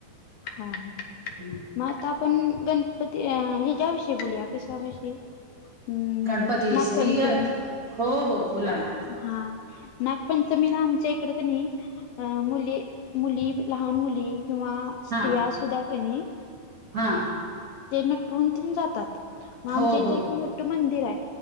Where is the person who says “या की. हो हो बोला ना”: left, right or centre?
Right